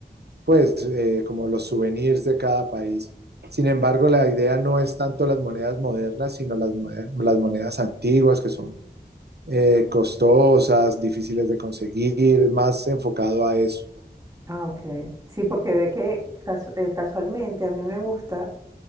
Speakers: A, on the right; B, on the right.
A: pues eh, como los souvenirs de cada país. Sin embargo, la idea no es tanto las monedas modernas, sino las, monedas, las monedas antiguas que son eh, costosas, difíciles de conseguir, más enfocado a eso.
B: Ah, ok. Sí, porque ve que casu- eh, casualmente a mí me gusta,